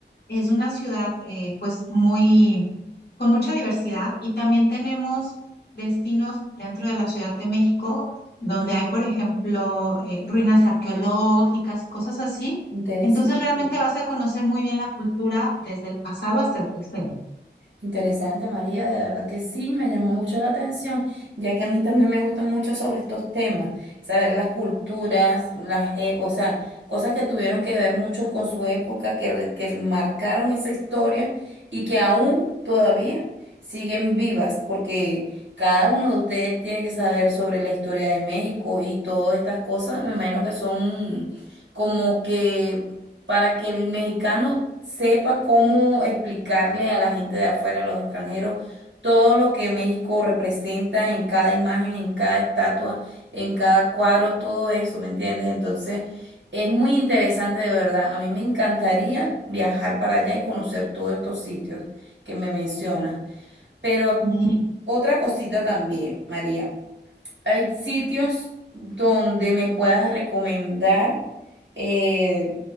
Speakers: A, on the left (about 60°); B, on the right (about 75°).
A: Es una ciudad eh, pues muy, con mucha diversidad y también tenemos destinos dentro de la Ciudad de México donde hay, por ejemplo, eh, ruinas arqueológicas y cosas así.
B: Interesante.
A: Entonces realmente vas a conocer muy bien la cultura desde el pasado hasta el presente.
B: Interesante, María, de verdad que sí, me llamó mucho la atención, ya que a mí también me gustan mucho sobre estos temas, saber las culturas, las, e- o sea, cosas que tuvieron que ver muchos con su época, que, re- que marcaron esa historia y que aún todavía siguen vivas, porque cada uno de ustedes tiene que saber sobre la historia de México y todas estas cosas, me imagino que son como que para que el mexicano sepa cómo explicarle a la gente de afuera, a los extranjeros, todo lo que México representa en cada imagen, en cada estatua, en cada cuadro, todo eso, ¿me entiendes? Entonces, es muy interesante de verdad. A mí me encantaría viajar para allá y conocer todos estos sitios que me mencionas. Pero
A: Y
B: otra cosita también, María. Hay sitios donde me puedas recomendar eh,